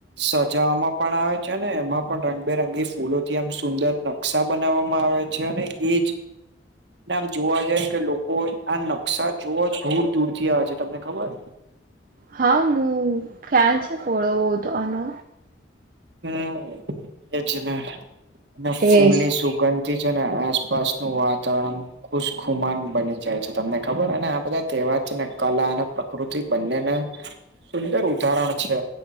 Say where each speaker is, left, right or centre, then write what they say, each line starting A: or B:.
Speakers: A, on the right; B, on the right.
A: સજાવામાં પણ આવે છે ને એમાં પણ રંગબેરંગી ફૂલો થી આમ સુંદર ન ક્ષા બનાવવામાં આવે છે અને એ જ ને આમ જોવા જાય કે લોકો આ નકશા જોવા દૂર દૂર થી આવે છે તમને ખબર
B: હા ખ્યાલ છે થોડો બોહોત આનો.
A: હમ્મ એજ ને. ને ફૂલની
B: એજ
A: સુગંધ તે છે એને એસપાસનું વાતવરણ ખુશખુમાન બની જાય છે તમને ખબર અને આ બધા તહેવાર છે ને કલા અને પ્ર કૃતિ બંનેને સુંદર ઉદાહરણ છે.